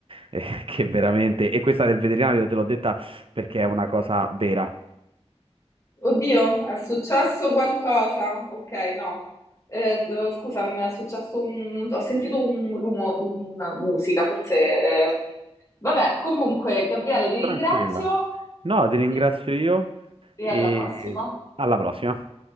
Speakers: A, on the right; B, on the left.
A: eh, che veramente... E questa del veterinario te l'ho detta perché è una cosa vera.
B: Oddio, è successo qualcosa? Ok, no. Eh, eh, scusa, mi è successo un... ho sentito un rumore, una musica, forse... eh. Vabbè, comunque, Gabriele, ti ringrazio
A: Tranquilla. No, ti ringrazio
B: e
A: io
B: e
A: e
B: alla prossima.
A: alla prossima.